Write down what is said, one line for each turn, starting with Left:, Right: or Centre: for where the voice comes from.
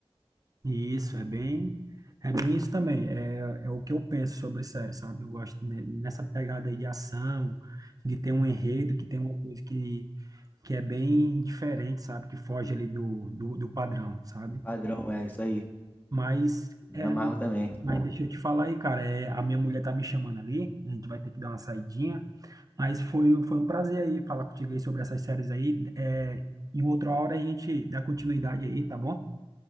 Right: isso, é bem, é bem isso também. É, é o que eu penso sobre série, sabe? Eu gosto ne- nessa pegada aí de ação, de ter um enredo, que tem uma coisa que, que é bem diferente, sabe? Que foge ali do, do, do padrão, sabe?
Left: Padrão, é isso aí.
Right: Mas,
Left: Me
Right: é,
Left: amarro também.
Right: mas deixa eu te falar aí, cara, é, a minha mulher tá me chamando ali, a gente vai ter que dar uma saidinha. Mas foi, foi um prazer aí falar contigo aí sobre essas séries aí. É, em outra hora a gente dá continuidade aí, tá bom?